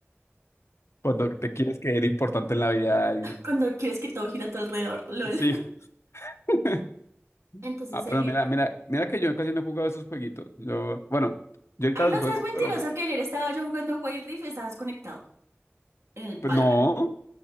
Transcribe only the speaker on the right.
Cuando quieres que todo gira a tu alrededor, LOL.
Entonces,
eh,
Ay, no
seas
mentiroso
que ayer estaba yo jugando Wild Rift y estabas conectado en el Valorant.